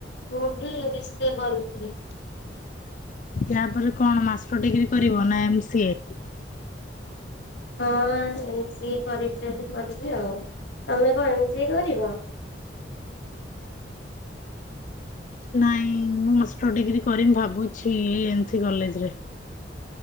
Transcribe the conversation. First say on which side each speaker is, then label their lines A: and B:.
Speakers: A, on the left; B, on the left.
A: ମୁ ବି ଵି ସି ଏ କରିଥିଲି।
B: ୟା ପରେ କଣ ମାଷ୍ଟର ଡିଗ୍ରୀ କରିବ ନା ଏମ ସି ଏ?
A: ହଁ ଏମ ସି ଏ କରିସାରିଲେ କରିବି ଆଉ, ତମେ କଣ ଏମ ସି ଏ କରିବ?
B: ନାଇଁ ମୁଁ ମାଷ୍ଟର ଡିଗ୍ରୀ କରିମ ଭାବୁଛି ଏନ୍ ସି କଲେଜରେ।